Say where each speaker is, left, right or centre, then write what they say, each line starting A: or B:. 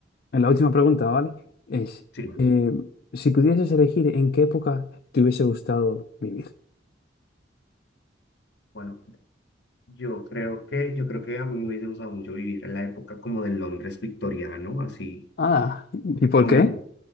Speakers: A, on the left; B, on the left.
A: la última pregunta, ¿vale? Es,
B: Sí, va.
A: eh, si pudieses elegir en qué época te hubiese gustado vivir.
B: bueno. Yo creo que, yo creo que a mí me hubiese gustado mucho vivir en la época como del Londres victoriano, así
A: Ah, ¿y por
B: como,
A: qué?